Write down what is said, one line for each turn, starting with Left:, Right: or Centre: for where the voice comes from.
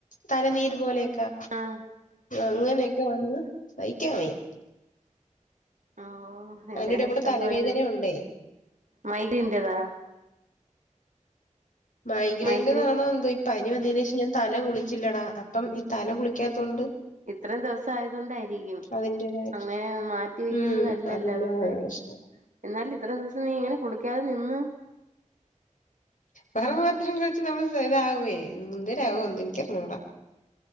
Left: തലനീര് പോലെയൊക്കാ
Right: ആഹ്
Left: അങ്ങനെക്കെ വന്ന് സയ്ക്കാൻ വയ്യ
Right: ആഹ് എന്തര്
Left: അതിന്റെ എടേ
Right: കഷ്ടപ്പാട്
Left: കൂടെ തലവേദന ഉണ്ടേ
Right: മൈടിന്റെതാ
Left: മൈഗ്രൈന്റതാണോ
Right: മൈഗ്രെൻ
Left: ന്തോ ഇ പനി വന്നിനേഷം ഞാൻ തല കുളിച്ചില്ലടാ അപ്പം ഈ തല കുളിക്കാത്തൊണ്ട്
Right: ഇത്രേം ദിവസം ആയതോണ്ടായിരിക്കും
Left: അതിന്റേതായ
Right: അങ്ങനെ മാറ്റി വെക്കുന്നതല്ലല്ലോ
Left: ഉം അതിന്റേതായ
Right: അതൊണ്ടായിരിക്കും.
Left: പ്രശ്നം
Right: ഇന്നാലും ഇത്രയും ദിവസം നീ എങ്ങനെ കുളിക്കാതെ നിന്ന്
Left: പറവ് മാത്രം കഴിച്ചു നമ്മള് സരാവേ എന്തേരവോ
Right: ഉം
Left: എന്ദോ ഇൻക്കറിഞ്ഞൂടാ